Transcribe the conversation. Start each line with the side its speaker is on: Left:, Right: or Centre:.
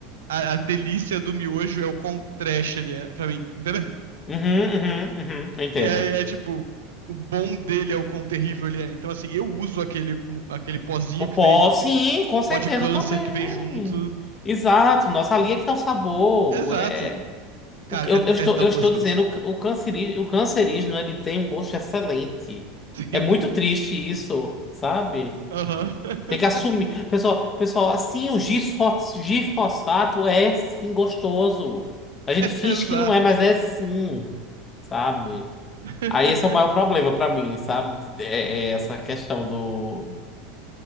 Right: a, a delícia do miojo é o quão trash ele é, pra mim, entendeu? <laughs>
Left: Uhum, uhum, uhum. Entendo.
Right: E aí é tipo, o bom dele é o quão terrível ele é. Então, assim, eu uso aquele, mo- aquele pozinho
Left: O
Right: que
Left: pó,
Right: vem,
Left: sim, com
Right: o pó
Left: certeza
Right: de câncer
Left: também.
Right: que vem junto.
Left: Exato. Nossa, ali é que tá o sabor.
Right: Exato.
Left: É...
Right: Cara,
Left: O que- Eu,
Right: é,
Left: eu estou,
Right: é tão
Left: eu estou
Right: gostoso.
Left: dizendo, o, ca- o, canceri, o cancerígeno, ele tem um gosto excelente.
Right: Sim.
Left: É muito triste isso, sabe?
Right: Aham. <laughs>
Left: Tem que assumir. Pessoal, pessoal, assim, o gifos- gifosfato é, sim, gostoso. A gente finge
Right: Exato.
Left: que não é, mas é, sim. Sabe?
Right: <laughs>
Left: Aí esse é o maior problema pra mim, sabe? É, é essa questão do.